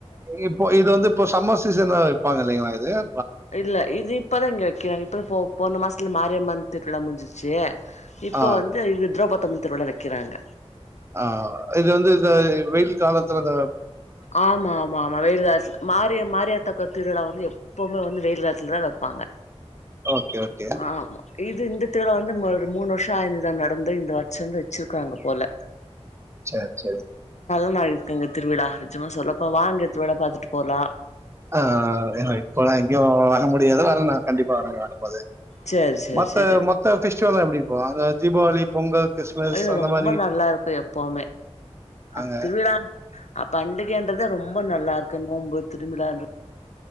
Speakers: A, on the right; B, on the left.
A: இப்போ இது வந்து இப்போ சம்மர் சீசனா ப்பாங்க இல்லைங்களா இதுல
B: இல்ல இது இப்பதா இங்க வெக்கிறாங்க இப்பதா போ போன மாசத்துல மாரியம்மன் திருவிழா முடிஞ்சிச்சு இப்ப
A: ஆ,
B: வந்து இது திரௌபத் தமிழ் திருவிழா வெக்கிறாங்க
A: ஆஹ் இது வந்து இத வெயில் காலத்துல இத
B: ஆமா ஆமா ஆமா வெயில் காலத் மாரி மாரியாத்தாகோயில் திருவிழா வந்து எப்பவுமே வந்து வெயில் காலத் சில்ர வெப்பாங்க
A: ஓகே, ஓகே.
B: ஆமா இது இந்த திருவிழா வந்து ஒரு மூணு வருஷ் சாய்ந்து தா நடந்து இந்த வருஷதா வச்சிருக்காங்க போல
A: சேர் செரி
B: நா இருக்குங்க திருவிழா நிஜமா சொல்லப்ப வாங்க திருவிழா பாத்துட்டு போலா
A: ஆஹ் ஏன்னா இப்போலா எங்கயோ வர முடியாது வர்றனா கண்டிப்பா வர்றனா பப்ப அதே
B: சேரி சேரி
A: மத்த
B: சேரி
A: மொத்த பிஷ்ல்லா எப்பயிருக்கு அங்க தீபாவளி பொங்கல் கிறிஸ்மஸ்
B: ஐயோ
A: அந்த
B: ரொம்ப
A: மாரி
B: நல்லா இருக்கு எப்பவுமே
A: அங்க
B: அ திருவிழா அப் பண்டிக் வேண்டறது ரொம்ப நல்லா இருக்கு நோம்பு திருவிழான்